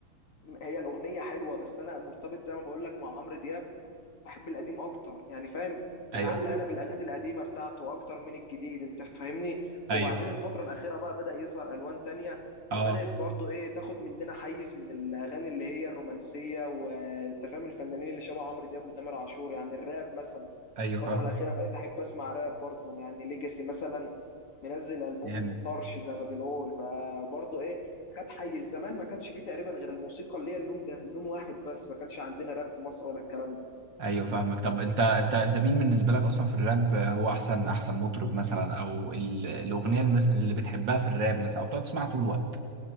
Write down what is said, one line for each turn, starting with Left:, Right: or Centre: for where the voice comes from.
Left: هي الأغنية حلوة بس أنا مرتبط زي ما بقول لك مع عمرو دياب بحب القديم اكتر يعني فاهم
Right: ايوه
Left: متعلق
Right: فاهم
Left: انا بالاغاني القديمه بتاعته اكتر من الجديد انت فاهمني
Right: ايوه
Left: وبعدين الفتره الاخيره بقى بدا يظهر الوان تانية
Right: اه
Left: فبدات برضو ايه تاخد مننا حيز من الاغاني اللي هي الرومانسيه وانت فاهم الفنانين اللي شبه عمرو دياب وتامر عاشور يعني الراب مثلا
Right: ايوه فاهم
Left: الفتره الاخيره بقيت احب اسمع راب برضو يعني ليجاسي مثلا منزل البوم
Right: جامد
Left: طرش زي ما بنقول فبرضو ايه خد حيز زمان ما كانش فيه تقريبا غير الموسيقى اللي هي اللون ده لون واحد بس ما كانش عندنا راب في مصر ولا الكلام
Right: ايوه فاهمك طب انت انت انت مين بالنسبه لك اصلا في الراب هو احسن احسن مطرب مثلا او ال- الاغنيه المس... اللي بتحبها في الراب مثلا او بتقعد تسمعها طول الوقت